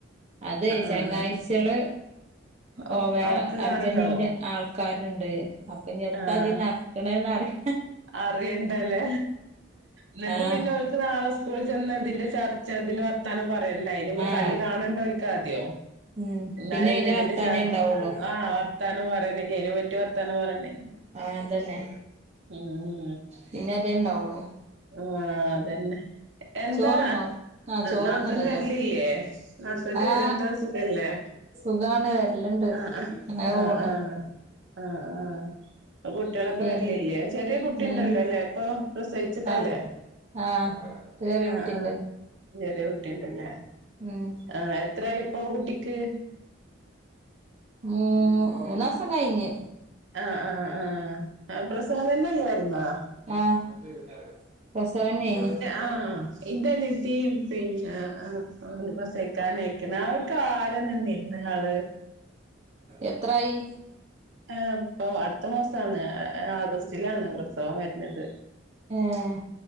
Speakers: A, on the right (about 35°); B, on the right (about 65°).
A: അതെയ് ചെങ്ങായിചേള്
B: ആഹ് ഒക്കെ
A: ഓ വേറെ
B: ഒക്കെ
A: അർജന്റീന്റെ
B: കാണുണ്ടാവോ
A: ആൾക്കാരുണ്ട് അപ്പൊ ഇനിത്ത
B: ആഹ്
A: അതി നടക്ക ക്ക്ണ എന്ന അറിയ
B: അറിയണ്ടല്ലേ ന്നിട്ട്
A: ആഹ്
B: പിന്നെഓൽ ക്ക്‌ നാളെ സ്കൂളിൽ ചെന്ന് ഇതിന്റെ ചർച്ച ഇതിന്റെ വർത്താനം പറയണ്ട ഇനി
A: ആഹ്
B: കളി കാണണ്ടോലിക്കാദ്യോ
A: ഉം
B: എന്നാലല്ല
A: പിന്നെ അയിന്റെ
B: ഇതിന്റെ
A: വർത്താനേ ഇണ്ടാവുള്ളൂ
B: ആ വർത്താനം പറയണെങ്കി അതിനെ പറ്റി വർത്താനം പറയണെങ്കി
A: ആഹതന്നെ
B: ഉം
A: പിന്നെ അതേ ഇണ്ടാവുള്ളൂ
B: ആ അതന്നെ എന്താ
A: ചോറ്ന്നോ ആഹ് ചോറ്ന്ന്ണല്ലോ
B: നാത്തൂന് വരിലില്ലേ നാത്തൂന്റെവിവരന്താ
A: ആഹ്
B: സുഖല്ലേ
A: സുഖാണ് വരല്ണ്ട്
B: ആഹ ആഹ
A: അങ്ങനെ പോണ്
B: ആഹ ആഹ ആഹ ആഹ അപ്പോകുട്ടികളൊക്കെ
A: പിന്നെ
B: വരിലില്ലേ ചെറിയ കുട്ടി
A: ഉം
B: ഉണ്ടല്ലോ അല്ലേ ഇപ്പൊ പ്രസവിച്ചേ കൂട്ടല്ലേ
A: ആഹ് ആഹ് ചെറിയ
B: ആഹ
A: കുട്ടിണ്ട്
B: ആഹ ചെറിയ കുട്ടിണ്ടല്ലേ
A: ഉം
B: ആഹ എത്രായിപ്പോ കുട്ടിക്ക്
A: മൂ മൂന്ന് മാസം കൈഞ്ഞ്
B: ആഹ ആഹ് ആഹ ആ പ്രസവം തന്നെയല്ലാരുന്നാ
A: ആഹാ പ്രസവന്നേയിന്
B: ആഹ ഇൻ്റെനിയത്തിയിം പിന്നാ പ്രസവിക്കാനായി കണ് അവർക്ക് ആരാ നിന്നിരുന്ന ആൾ
A: എത്രായി
B: ആഹ ഇപ്പൊ അടുത്ത മാസാണ് ആഗസ്റ്റിലാണ് പ്രസവം വരുന്നത്
A: ഏഹ്